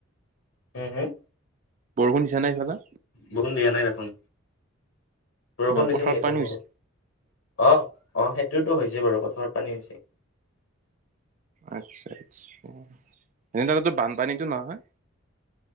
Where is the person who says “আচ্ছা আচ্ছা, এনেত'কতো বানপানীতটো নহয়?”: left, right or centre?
Right